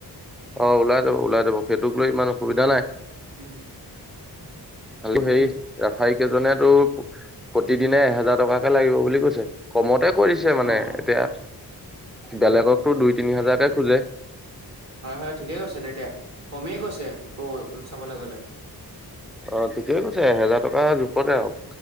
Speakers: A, in the centre; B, on the right.
A: অহ, ওলাই যাব -ওলাই যাব সেইটোক লৈ ইমান অসুবিধা নাই। <inaudible>
B: উম,
A: খালি
B: বাকী
A: সেই ৰেফাৰী কেইজনেতো প্ৰতিদিনে এহেজাৰ- টকাকে লাগিব বুলি কৈছে কমতে কৰিছে মানে
B: অ', অ',
A: এতিয়া বেলেগকতো
B: উম,
A: দুই তিনি হাজাৰকে খোজে।
B: হয়- হয় ঠিকে কৈছে তেতিয়া কমেই কৈছে ক' চাবলৈ গলে।
A: অহ, ঠিকেই কৈছে এহেজাৰ টকা জোখতে আৰু।